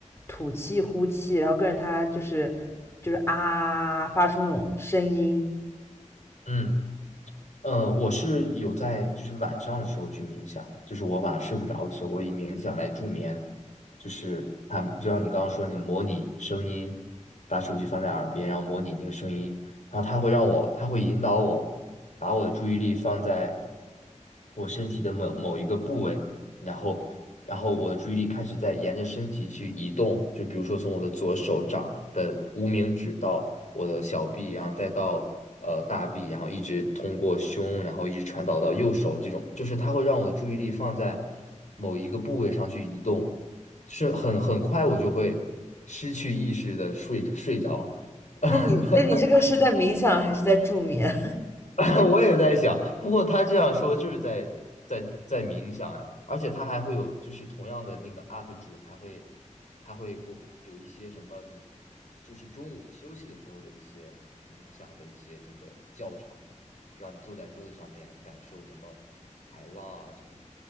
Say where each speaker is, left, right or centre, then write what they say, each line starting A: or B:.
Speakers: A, on the left; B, on the left.
A: 吐气呼气，然后跟着他就是就是啊发出那种声音。
B: 嗯呃，我是有在就是晚上的时候去冥想，就是我晚上睡不着的时候，我以冥想来助眠，就是它就像你刚刚说，你模拟声音，把手机放在耳边，然后模拟那个声音，然后它会让我，它会引导我把我的注意力放在我身体的某某一个部位，然后然后我的注意力开始在沿着身体去移动，就比如说从我的左手掌的无名指到我的小臂，然后再到呃大臂，然后一直通过胸，然后一直传导到右手，这种就是它会让我的注意力放在某一个部位上去移动，是很很快我就会失去意识的睡睡着。<laughs>
A: 那你那你这个是在冥想还是在助眠？
B: <laughs> 我也在想，不过他这样说就是在在在冥想哎，而且他还会有就是同样的那个 UP 主，他会他会过有一些什么你就是中午休息的时候的一些冥想的一些这个教程，让你坐在桌子上面感受什么海浪啊这种，